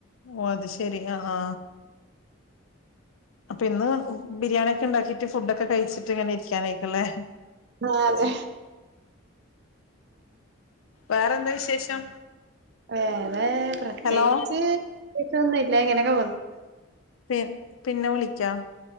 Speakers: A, on the left; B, on the right.
A: ഓ അത് ശെരി ആ ആ അപ്പൊ ഇന്ന് ബിരിയാണി ഒക്കെ ഉണ്ടാക്കിട്ട് ഫുഡൊക്കെ കഴിച്ചിട്ട് ഇങ്ങനെ ഇരിക്കാനേക്കും ല്ലെ
B: ആ അതെ
A: വേറെന്താ വിശേഷം
B: ആ വേറെ പ്രത്യേകിച്ച്
A: ഹലോ
B: പ്രേത്യേകിച്ചൊന്നുല്ല ഇങ്ങനൊക്കെ പോന്നു
A: പി പിന്നെ വിളിക്കാം